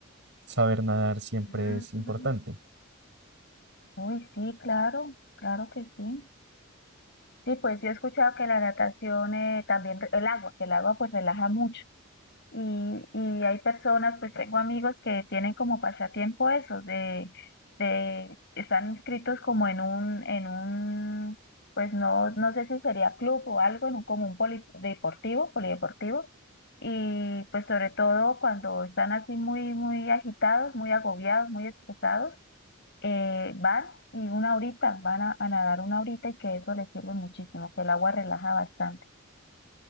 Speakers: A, on the right (about 55°); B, on the left (about 55°).
A: Saber nadar siempre
B: Mm,
A: es importante.
B: Uy, sí, claro, claro que sí. Sí, pues yo he escuchado que la natación eh, también, re- el agua, que el agua pues relaja mucho. y, y hay personas, pues tengo amigos que tienen como pasatiempo eso, de, de están inscritos como en un, en un, pues no, no sé si sería club o algo, en un como un poli- deportivo, polideportivo, y pues sobre todo cuando están así muy, muy agitados, muy agobiados, muy estresados, eh, van y una horita, van a, a nadar una horita y que eso les sirve muchísimo, que el agua relaja bastante.